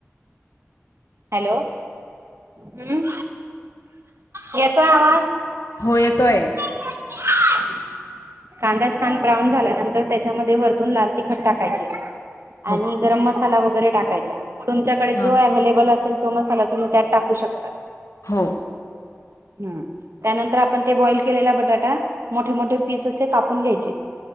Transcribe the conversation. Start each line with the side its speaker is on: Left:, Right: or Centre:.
Right: हॅलो, हम, येतोय आवाज?
Left: हो येतोय.
Right: <unintelligible> कांदा छान ब्राऊन झाल्यानंतर, त्याच्यामध्ये वरतून लाल तिखट टाकायचं.
Left: हो
Right: आणि गरम मसाला वगैरे टाकायचा. तुमच्याकडे
Left: हा
Right: जो अव्हेलेबल असेल, तो मसाला तुम्ही त्यात टाकू शकता.
Left: हो.
Right: ह, त्यानंतर आपण बॉईल केलेला बटाटा, मोठे मोठे पीस असे कापून घ्यायचे.